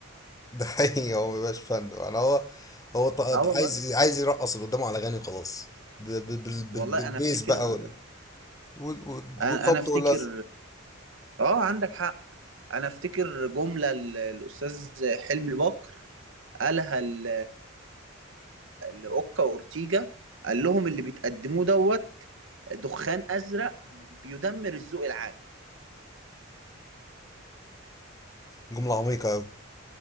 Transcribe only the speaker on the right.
اه والله
والله
انا افتكر
انا
أنا افتكر
اه عندك حق انا افتكر جملة ال- الاستاذ حلمي بكر قالها ل- لاوكا واورتيجا قال لهم اللي بتقدموه دوت دخان ازرق بيدمر الذوق العام